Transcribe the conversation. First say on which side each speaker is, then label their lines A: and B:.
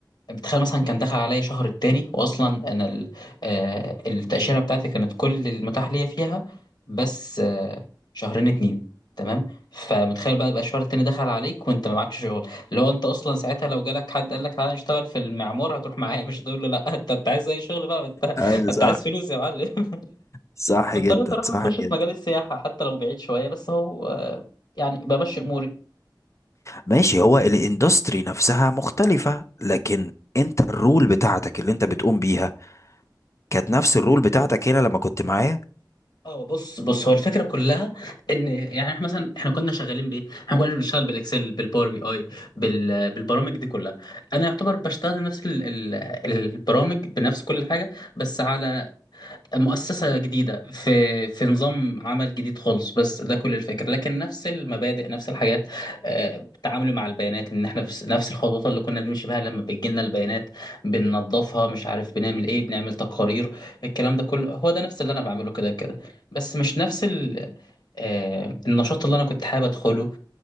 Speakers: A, on the left; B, on the left.
A: بتخيل مثلا كان دخل عليا شهر التاني واصلا انا ال- آه، التاشيره بتاعتي كانت كل المتاح ليا فيها بس آه، شهرين اتنين تمام فمتخيل بقى يبقى الشهر التاني دخل عليك وانت ما معكش شغل اللي هو انت اصلا ساعتها لو جالك حد قال لك تعالى نشتغل في المعمار هتروح معايا مش هتقول له لا <laughs> انت انت عايز اي شغل بقى ما انت
B: ايوه
A: انت
B: صح
A: عايز فلوس يا معلم
B: صح
A: <laughs> اضطريت
B: جدا
A: اروح
B: صح
A: اخش في
B: جدا
A: مجال السياحه حتى لو بعيد شويه بس هو آه، يعني بمشي اموري
B: ماشي هو الاندستري نفسها مختلفة لكن انت الرول بتاعتك اللي انت بتقوم بيها كانت نفس الرول بتاعتك هنا لما كنت معايا
A: اه بص بص هو الفكره كلها ان يعني احنا مثلا احنا كنا شغالين بايه؟ احنا كنا بنشتغل بالاكسل بالباور بي اي بال بالبرامج دي كلها انا يعتبر بشتغل نفس ال ال البرامج بنفس كل حاجه بس على مؤسسة جديدة في في نظام عمل جديد خالص بس ده كل الفكرة لكن نفس المبادئ نفس الحاجات آه، التعامل مع البيانات ان احنا في نفس الخطوات اللي كنا بنمشي بها لما بتجيلنا البيانات بننظفها مش عارف بنعمل ايه بنعمل تقارير الكلام ده كله هو ده نفس اللي انا بعمله كده كده بس مش نفس ال آه، النشاط اللي انا كنت حابب ادخله